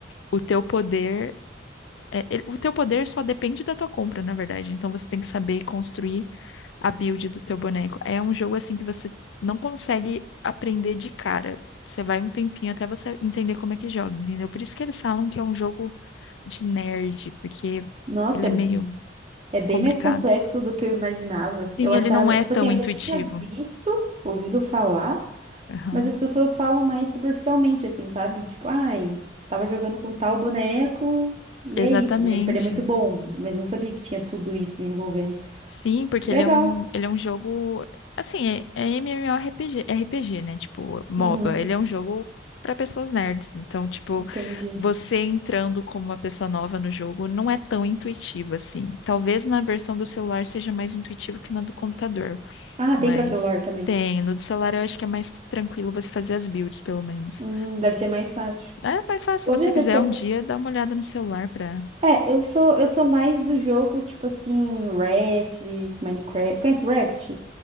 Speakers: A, on the left (about 75°); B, on the right (about 30°).
A: o teu poder é, ele- o teu poder só depende da tua compra, na verdade. Então você tem que saber construir a build do teu boneco. É um jogo assim que você não consegue aprender de cara. Você vai um tempinho até você entender como é que joga, entendeu? Por isso que eles falam que é um jogo de nerd, porque
B: Nossa,
A: ele é
B: é,
A: meio
B: é bem
A: Complicado.
B: mais complexo do que eu imaginava.
A: Sim,
B: Eu achava,
A: ele não é
B: tipo
A: tão
B: assim, eu
A: intuitivo.
B: já tinha visto, ouvido falar,
A: Aham.
B: mas as pessoas falam mais superficialmente, assim, sabe? Tipo, ai, tava jogando com tal boneco e
A: Exatamente.
B: é isso, entendeu? Tipo, ele é muito bom, mas eu não sabia que tinha tudo isso envolvendo.
A: Sim, porque
B: Que legal.
A: ele é um, ele é um jogo. Assim, é, é MMORPG, RPG, né? Tipo, MOBA.
B: Uhum,
A: Ele é um jogo para pessoas nerds. Então, tipo,
B: entendi.
A: você entrando como uma pessoa nova no jogo não é tão intuitivo assim. Talvez na versão do celular seja mais intuitivo que na do computador,
B: Ah,
A: mas
B: tem pra celular também.
A: tem. No do celular eu acho que é mais tranquilo você fazer as builds, pelo menos.
B: Hum, deve ser mais fácil.
A: É mais fácil,
B: Vou
A: se você
B: ver
A: quiser
B: depois.
A: um dia, dá uma olhada no celular para
B: É, eu sou eu sou mais do jogo tipo assim, Raft, Minecraft. Conhece Raft?